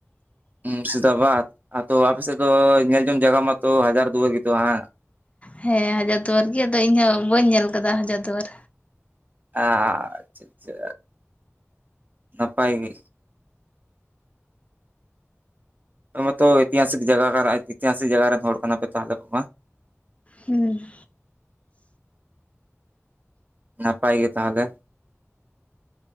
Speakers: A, on the right; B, on the left.
A: ᱢᱩᱨᱥᱤᱫᱟᱵᱟᱫᱽ, ᱟᱫᱚ ᱟᱯᱮ ᱥᱮᱫ ᱫᱚ ᱧᱮᱞ ᱡᱚᱝ ᱡᱟᱭᱜᱟ ᱢᱟᱛᱚ ᱦᱟᱡᱟᱨ ᱫᱩᱣᱟᱹᱨ ᱜᱮᱛ ᱦᱟᱸᱜ᱾
B: ᱦᱮᱸ ᱦᱟᱡᱟᱨ ᱫᱩᱣᱟᱹᱨ ᱜᱮ ᱟᱫᱚ ᱤᱧ ᱦᱚᱸ ᱵᱟᱹᱧ ᱧᱮᱞ ᱠᱟᱫᱟ ᱦᱟᱡᱟᱨ ᱫᱩᱣᱟᱹᱨ᱾
A: ᱟ ᱟᱪᱪᱷᱟ ᱟᱪᱪᱷᱟ ᱱᱟᱯᱟᱭ ᱜᱮ᱾ ᱱᱚᱣᱟ ᱛᱚ ᱤᱛᱤᱦᱟᱥᱤᱠ ᱡᱟᱭᱜᱟ ᱠᱟᱱᱟ ᱤᱛᱤᱦᱟᱥ ᱡᱟᱭᱜᱟ ᱨᱮᱱ ᱦᱚᱲ ᱠᱟᱱᱟ ᱯᱮ ᱛᱟᱦᱞᱮ ᱟᱯᱮ ᱫᱚ ᱵᱟᱝ?
B: ᱦᱩᱸ᱾
A: ᱱᱟᱯᱟᱭ ᱜᱮ ᱛᱟᱦᱚᱞᱮ᱾